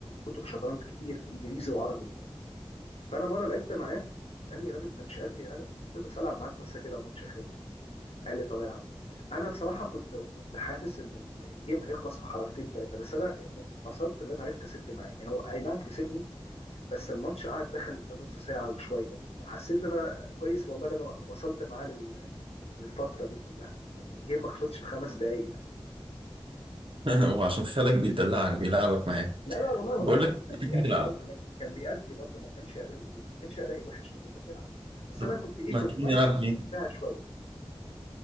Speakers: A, on the left (about 75°); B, on the right (about 60°).
A: كتب شطرنج كتير انجليزي وعربي وبتاع فانا مره لعبت معاه قال لي يا واد انت مش قد يا هلا قلت له بس العب معاك بس كده ماتش يا خالي قال لي طب العب انا بصراحه كنت كنت حاسس ان ال- الجيم هيخلص في حركتين ثلاثه بس انا انبسطت ان انا عرفت اسد معاه يعني هو اي نعم كسبني بس الماتش قعد دخل في نص ساعه وشويه يعني فحسيت ان انا كويس والله ان انا وصلت معاه لل- للفتره دي كلها يعني الجيم ما خلصش في خمس دقايق يعني
B: <laughs> وعشان خالك بيدلعك بيلعبك معاه
A: لا لا والله
B: بقول
A: والله والله
B: لك
A: كان
B: تيجي
A: بيأدي
B: نلعب
A: برضه يعني كان بيأدي برضه ما كانش اداؤه ما كانش ادائي وحش لا هو كان بيلعب بس
B: طب
A: انا كنت ايه
B: ما
A: كنت
B: تيجي
A: بلعب
B: نلعب جيم
A: دفاع شويه